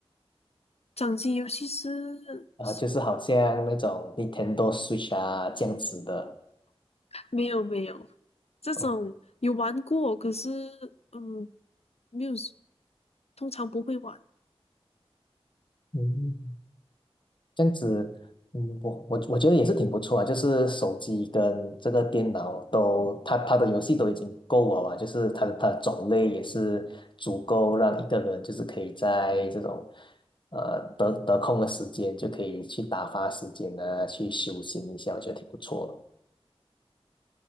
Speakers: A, on the left; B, on the left.
A: 掌机游戏是什么？
B: 啊，就是好像那种 Nintendo Switch 啊这样子的。
A: 没有没有，这种有玩过，
B: 哦，
A: 可是嗯，没有，通常不会玩。
B: 嗯。这样子，嗯，我我我觉得也是挺不错啊，就是手机跟这个电脑都，它它的游戏都已经够了啊，就是它的它的种类也是足够让一个人就是可以在这种呃得得空的时间就可以去打发时间啊，去休闲一下，我觉得挺不错的。